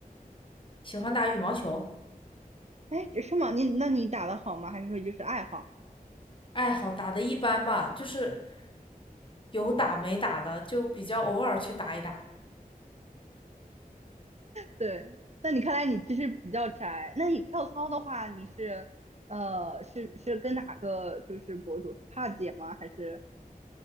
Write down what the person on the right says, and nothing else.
哎，是吗？你那你打的好吗？还是说就是爱好？
对，那你看来你其实比较宅。那你跳操的话，你是呃是是跟哪个就是博主？帕姐吗？还是